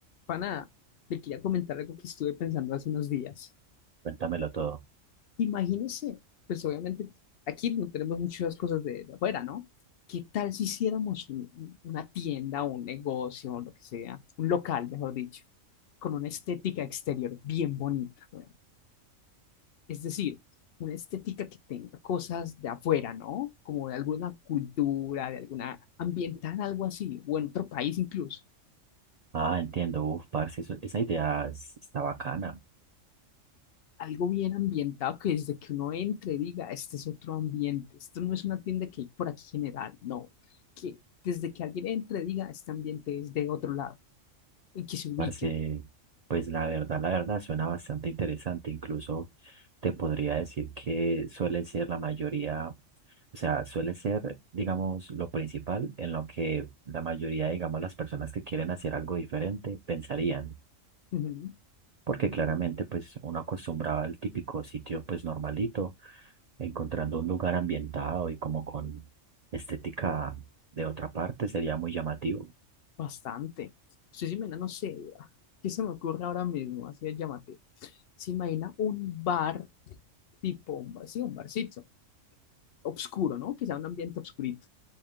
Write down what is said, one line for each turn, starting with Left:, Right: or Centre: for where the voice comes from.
Left: Pana, le quería comentar algo que estuve pensando hace unos días.
Right: Cuéntamelo todo.
Left: Imagínese, pues obviamente aquí no tenemos muchas cosas de, de afuera, ¿no? ¿Qué tal si hiciéramos un- una tienda, un negocio, o lo que sea, un local, mejor dicho, con una estética exterior bien bonita, weón? Es decir, una estética que tenga cosas de afuera, ¿no? Como de alguna cultura, de alguna ambiental, algo así, o en otro país incluso.
Right: Ah, entiendo. Uf, parce, eso- esa idea es- está bacana.
Left: algo bien ambientado que desde que uno entre diga, este es otro ambiente, esto no es una tienda que hay por aquí general, no, que desde que alguien entre diga, este ambiente es de otro lado y que se ubiquen.
Right: Parce, pues la verdad, la verdad, suena bastante interesante. Incluso te podría decir que suele ser la mayoría, o sea, suele ser, digamos, lo principal en lo que la mayoría, digamos, las personas que quieren hacer algo diferente pensarían.
Left: Ujú,
Right: porque claramente pues uno acostumbraba al típico sitio pues normalito, encontrando un lugar ambientado y como con estética de otra parte sería muy llamativo.
Left: Bastante. Usted se imagina, no sé, ¿qué se me ocurre ahora mismo? Así es, llámate. Se imagina un bar tipo, un bar, sí, un barcito, obscuro, ¿no? Que sea un ambiente obscurito.